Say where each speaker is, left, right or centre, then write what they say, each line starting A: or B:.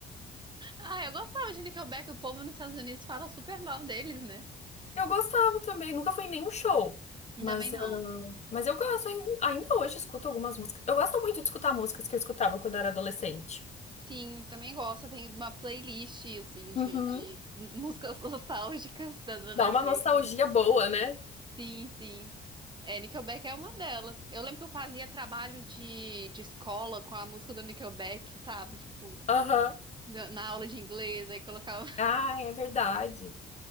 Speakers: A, on the right (about 25°); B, on the left (about 35°).
A: Ah, eu gostava de Nickelback, o povo nos Estados Unidos fala super mal deles, né?
B: Eu gostava também, nunca fui em nenhum show. Mas,
A: Também não.
B: ah, mas eu gosto, ain- ainda hoje escuto algumas músicas. Eu gosto muito de escutar músicas que eu escutava quando eu era adolescente.
A: Sim, também gosto. Tem uma playlist, assim,
B: Uhum.
A: de, de músicas <laughs> nostálgicas da adolescência.
B: Dá uma nostalgia boa, né?
A: Sim, sim. É, Nickelback é uma delas. Eu lembro que eu fazia trabalho de, de escola com a música do Nickelback, sabe? Tipo,
B: Aham.
A: na, na aula de inglês, aí colocava. <laughs>
B: Ah, é verdade.